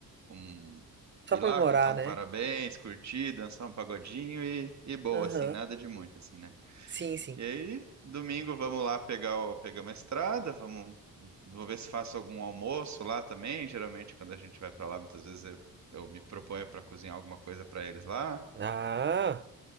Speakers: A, on the right; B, on the right.
A: um
B: Só
A: ir
B: comemorar,
A: lá, cantar um
B: né?
A: parabéns, curtir, dançar um pagodinho e, e boa,
B: Aham.
A: assim, nada de muito, assim, né?
B: Sim, sim.
A: E aí, domingo vamos lá pegar, o, pegar uma estrada, vamos, vou ver se faço algum almoço lá também. Geralmente, quando a gente vai para lá, muitas vezes eu, eu me proponho para cozinhar alguma coisa para eles lá.
B: Ah,